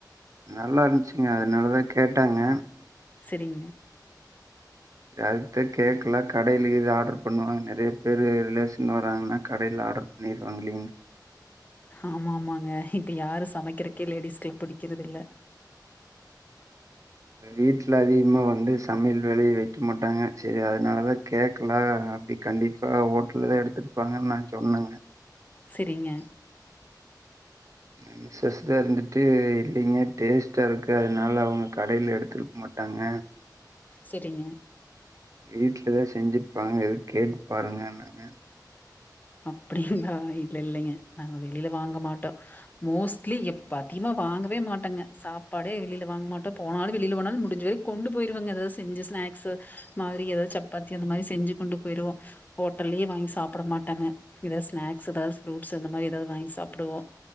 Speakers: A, on the right; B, on the left.
A: நல்லா இருந்துச்சுங்க அதனாலதா கேட்டங்க
B: சரிங்க
A: அடுத்த கேக்லாம் கடைலியே இது ஆர்டர் பண்ணுவாங்க நெறைய பேரு ரிலேஷன் வராங்கன்னா கடைல ஆர்டர் பண்ணிருவாங்க இல்லிங்க
B: ஆமா ஆமாங்க இப்ப யாரு சமைக்கிறக்கே லேடிஸ்க்லா புடிக்கிறதுல்ல
A: வீட்ல அதிகமா வந்து சமையல் வேலையே வெக்க மாட்டாங்க சேரி அதனாலதா கேக்கலாம் அப்டி கண்டிப்பா ஹோட்டல்ல தா எடுத்துருப்பாங்கன்னு நா சொன்னங்க
B: சரிங்க
A: மிசஸ் தான் இருந்துட்டு இல்லிங்க டேஸ்ட்டா இருக்கு அதனால அவுங்க கடைல எடுத்துருக்க மாட்டாங்க
B: சரிங்க
A: வீட்லதா செஞ்சிருப்பாங்க எதும் கேட்டுப் பாருங்கனாங்க
B: அப்டிங்களா இல்ல இல்லைங்க நாங்க வெளில வாங்க மாட்டோம் மோஸ்ட்லி எப்ப அதிகமா வாங்க வே மாட்டேங்க சாப்பாடே வெளியில வாங்க மாட்டோம் போனாலும் வெளியில போனாலும் மு முடிஞ்ச வரைக் கொண்டு போயிருவங்க ஏதாவது செஞ்சு ஸ்நாக்ஸு மாதிரி ஏதாது சப்பாத்தி அந்த மாரி செஞ்சு கொண்டு போயிருவோம் ஹோட்டல்லயே வாங்கி சாப்ட மாட்டங்க ஏதாவது ஸ்நாக்ஸ் ஏதாவது ஃப்ரூட்ஸ் அந்த மாதிரி ஏதாவது வாங்கி சாப்டுவோம்